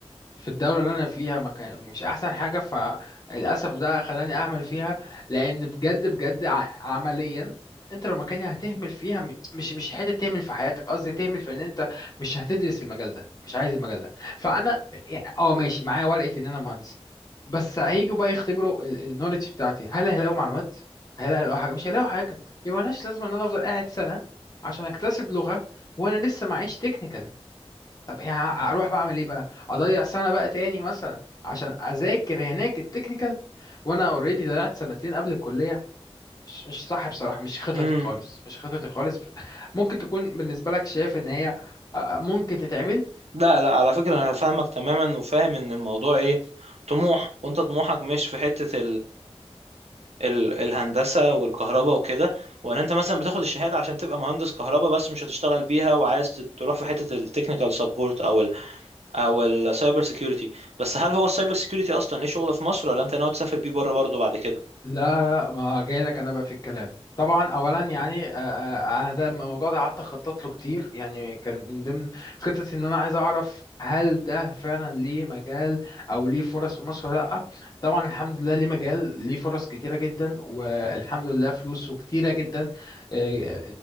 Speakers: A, on the left; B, on the right.
A: في الدولة اللي أنا فيها ما كان مش أحسن حاجة فللأسف ده خلاني أهمل فيها لأن بجد بجد ع- عمليا أنت لو مكاني هتهمل فيها م- مش مش حتة تهمل في حياتك قصدي تهمل في إن أنت مش هتدرس المجال ده مش عايز المجال ده فأنا أه ماشي معايا ورقة إن أنا مهندس بس هيجوا بقى يختبروا النولج بتاعتي هل هيلاقوا معلومات؟ هل هيلاقوا حاجة؟ مش هيلاقوا حاجة يبقى ملهاش لازمة إن أنا أفضل قاعد سنة عشان أكتسب لغة وأنا لسه معيش تكنيكال طب يعني اروح بعمل ايه بقى اضيع سنه بقى تاني مثلا عشان اذاكر هناك التكنيكال وانا اوريدي ضيعت سنتين قبل الكليه مش مش صح بصراحه مش خططي
B: امم
A: خالص مش خططي خالص <laughs> ممكن تكون بالنسبه لك شايف ان هي آه، ممكن تتعمل
B: لا لا على فكرة انا فاهمك تماما وفاهم ان الموضوع ايه طموح وانت طموحك مش في حتة ال- الهندسة والكهرباء وكده ولا انت مثلا بتاخد الشهادة عشان تبقى مهندس كهرباء بس مش هتشتغل بيها وعايز ت- تروح في حتة التكنيكال سبورت او ال او السايبر سيكيورتي بس هل هو السايبر سيكيورتي اصلا ليه شغل في مصر ولا انت ناوي تسافر بيه بره برضه بعد كده
A: لا لا ما جاي لك انا بقى في الكلام طبعا اولا يعني آه، آه، انا ده الموضوع ده قعدت اخطط له كتير يعني كان من ضمن خطتي ان انا عايز اعرف هل ده فعلا ليه مجال او ليه فرص في مصر ولا لا طبعا الحمد لله ليه مجال ليه فرص كتيره جدا والحمد لله فلوسه كتيره جدا آه،